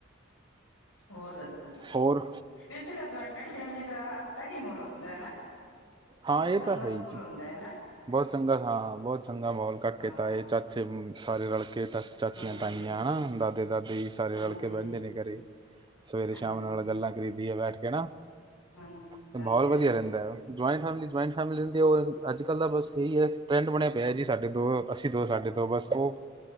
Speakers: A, on the left; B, on the right.
A: ਹੋਰ ਦੱਸੋ ਜੀ
B: ਹੋਰ
A: ਵੈਸੇ ਤਾਂ ਜੁਆਇੰਟ ਫੈਮਿਲੀ ਦਾ ਅਲੱਗ ਹੀ ਮਾਹੋਲ ਹੁੰਦਾ ਹੈ ਨਾ
B: ਹਾਂ
A: ਬਹੁਤ
B: ਇਹ
A: ਚੰਗਾ
B: ਤਾਂ ਹੈ
A: ਮਹੋਲ
B: ਹੀ ਜੀ
A: ਹੁੰਦਾ ਹੈ ਨਾ
B: ਬਹੁਤ ਚੰਗਾ ਹਾਂ ਬਹੁਤ ਚੰਗਾ ਮਾਹੌਲ ਕਾਕੇ
A: ਹਾਂ
B: ਤਾਏ ਚਾਚੇ ਸਾਰੇ ਰਲਕੇ ਤ ਚਾਚੀਆਂ
A: ਹਾਂਜੀ
B: ਤਾਈਆਂ
A: ਹਾਂਜੀ
B: ਹਨਾ ਦਾਦੇ ਦਾਦੀ ਸਾਰੇ
A: ਹਾਂਜੀ
B: ਰਲ ਕੇ ਬਹਿੰਦੇ ਨੇ ਘਰੇ ਸਵੇਰੇ ਸ਼ਾਮ
A: ਹਾਂਜੀ
B: ਨਾਲ ਗੱਲਾਂ ਕਰੀਦੀਆ ਬੈਠ ਕੇ ਨਾ
A: ਹਾਂਜੀ
B: ਤੇ
A: ਹਾਂਜੀ
B: ਮਾਹੌਲ ਵਧੀਆ
A: ਹਾਂਜੀ
B: ਰਹਿੰਦਾ ਜੋਇੰਟ ਫੈਮਿਲੀ ਜੋਇੰਟ ਫੈਮਲੀ ਉਹ ਅੱਜ ਕੱਲ ਦਾ ਬਸ ਇਹੀ ਹੈ ਟਰੈਂਡ ਬਣਿਆ ਪਿਆ ਜੀ ਸਾਡੇ ਦੋ ਅਸੀਂ ਦੋ ਸਾਡੇ ਦੋ ਬਸ ਉਹ